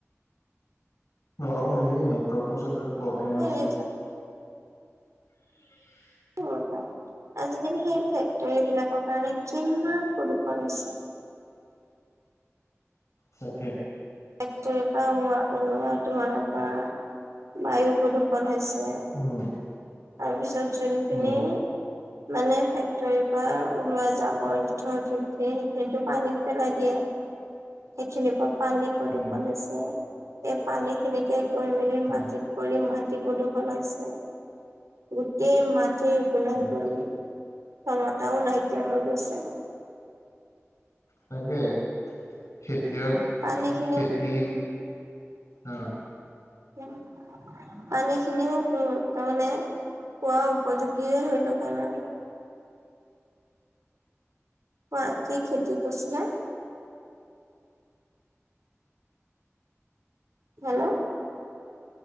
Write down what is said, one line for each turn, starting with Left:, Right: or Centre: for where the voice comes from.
Left: অ এই নেটৰ্ক চ প্ৰব্লেম
Right: পাৰে।
Left: আছে উম
Right: পাৰে আজিকালি সেই ফেক্টৰী বিলাকৰ কাৰণে কিমান প্ৰদূৰষণ হৈছে
Left: তাকে
Right: ট্ৰেক্টৰে পৰা ওৱা ওলোৱা ধোঁৱাৰ পৰা বায়ু প্ৰদূষণ হৈছে তাৰপিছত
Left: উম
Right: যোনখিনি
Left: উম
Right: মানে ফেক্টৰীৰ পৰা ওলোৱা যাবৰ যথোৰ সতে উঠে সেইখিনিতো পানীত পেলাই দিয়ে সেইখিনিৰ পৰা পানী প্ৰদূৰ্ষণ
Left: উম
Right: আছে পানী খিনিকে গৈ মেলি মাটিত
Left: উম
Right: কৰি মাটি প্ৰদূষণ হৈছে গোটেই মাটিৰ শু নাই
Left: উম
Right: গ ক্ষমতাও নাইকিয়া হৈ গৈছে
Left: তাকাক খেতিয়
Right: পানী খিনিও
Left: খেতি অ
Right: উম পানী খিনিও উ তাৰমানে খোৱা উপযোগী হৈ থকা নাই কোৱা কি খেতি কৰিছিলা হেল্ল'